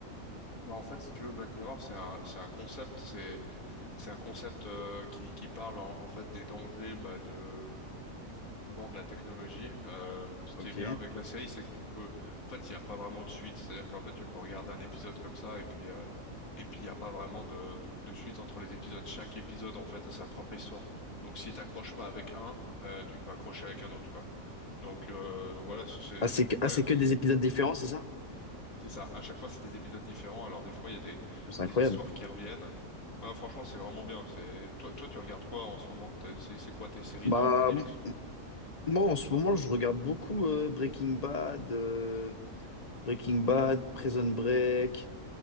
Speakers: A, on the left; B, on the left.
A: Bah, en fait, si tu veux, Black Mirror, c'est un, c'est un concept, c'est C'est un concept euh, qui, qui parle en, en fait des dangers bah, de souvent de la technologie. Euh, ce qui
B: Ok.
A: est bien avec la série, c'est que tu peux. En fait, il n'y a pas vraiment de suite. C'est-à-dire qu'en fait, tu peux regarder un épisode comme ça et puis euh, et puis il n'y a pas vraiment de, de suite entre les épisodes. Chaque épisode en fait a sa propre histoire. Donc si t'accroches pas avec un, euh, tu peux accrocher avec un autre quoi. Donc euh, donc voilà, c'est c'est-
B: Ah, c'est que,
A: ouais
B: ah, c'est que des épisodes différents, c'est ça?
A: c'est ça. À chaque fois, c'est des épisodes différents. Alors des fois, il y a des
B: C'est
A: des
B: incroyable.
A: histoires qui reviennent. Ah, franchement, c'est vraiment bien. C'est toi, toi, tu regardes quoi en ce moment? T'as- C'est c'est quoi tes séries
B: Bah,
A: de prédilection?
B: m- moi, en ce moment, je regarde beaucoup euh, Breaking Bad, euh, Breaking Bad, Prison Break.